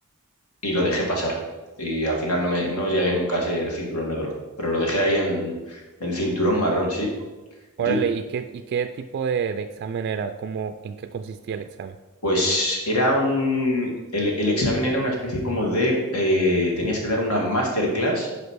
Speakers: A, on the left; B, on the right.
A: y lo dejé pasar. Y al final no, me, no llegué nunca a ser cinturón negro, pero lo dejé ahí en, en cinturón marrón, sí.
B: Órale,
A: ¿Y tú?
B: ¿y qué, y qué tipo de, de examen era? ¿Cómo, en qué consistía el examen?
A: Pues era un, el, el examen era una especie como de, eh, tenías que dar una masterclass,